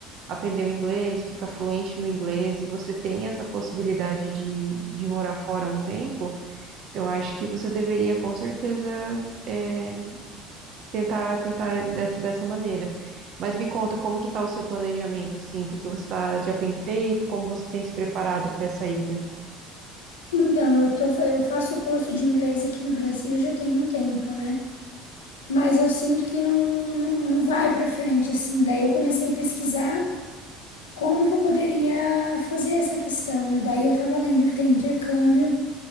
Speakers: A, on the right; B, on the left.
A: aprender o inglês, ficar fluente no inglês, e você tem essa possibilidade de, de morar fora um tempo, eu acho que você deveria, com certeza, é, tentar, tentar dessa, dessa maneira. Mas me conta, como que está o seu planejamento, assim? O que que você tá, já tem feito? Como você tem se preparado para essa ida?
B: Então, eu tô, fa- eu faço curso de inglês aqui no Brasil já tem um tempo, né? mas eu sinto que não, não, não vai para frente, assim. Daí eu comecei a pesquisar como que eu poderia fazer essa questão, né? Daí eu tava lendo que tem intercâmbio